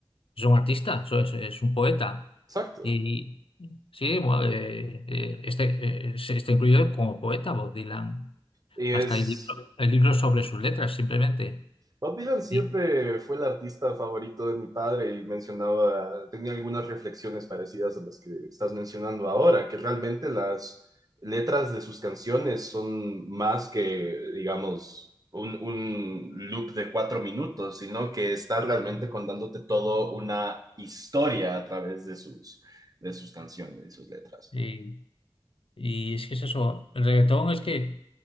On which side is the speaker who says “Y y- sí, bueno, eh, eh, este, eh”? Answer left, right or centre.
Left